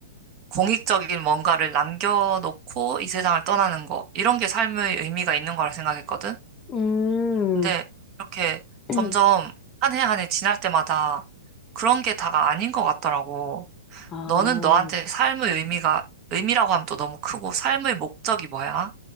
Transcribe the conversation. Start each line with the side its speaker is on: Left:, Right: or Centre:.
Right: 공익적인 뭔가를 남겨놓고 이 세상을 떠나는 것 이런 게 삶의 의미가 있는 거라 생각했거든.
Left: 음,
Right: 근데 이렇게
Left: <clears throat>
Right: 점점 한 해 한 해 지날 때마다 그런 게 다가 아닌 것 같더라고.
Left: 아,
Right: 너는 너한테 삶의 의미가 의미라고 하면 또 너무 크고 삶의 목적이 뭐야?